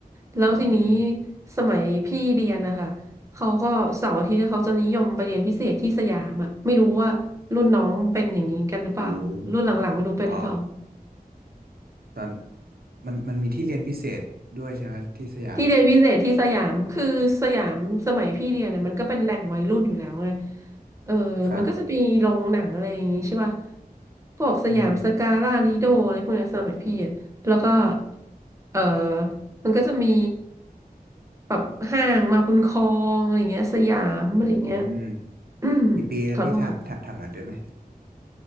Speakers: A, on the right (about 20°); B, on the right (about 75°).
A: แล้วทีนี้
B: อืม
A: สมัยพี่เรียนนะคะเขาก็เสาร์อาทิตย์เขาจะนิยมไปเรียนพิเศษที่สยามอ่ะไม่รู้ว่ารุ่นน้องเป็นอย่างนี้กันหรือเปล่ารุ่นหลังๆไม่รู้เป็นหรือเปล่า
B: โอ้เออตอนมันมันมีที่เรียนพิเศษด้วยใช่ไหมที่สยาม
A: ที่เรียนพิเศษที่สยามคือสยามสมัยพี่เรียนนะมันก็เป็นแหล่งวัยรุ่นอยู่แล้วไงเออมันก็จะมีโรงหนังอะไรอย่างงี้ใช่ป่ะ
B: ครับ
A: พวกสยามสกาล่าลิโดอะไรพวกเนี้ยสมัยพี่อะแล้วก็
B: อืม
A: เออมันก็จะมีแบบห้างมาบุญครองอะไรเงี้ยสยามอะไรเงี้ย
B: อืม
A: <clears throat> อืม
B: กี่ปีแล้วพี่ถามถามถามหน่อนได้ไหม
A: ขอโทษ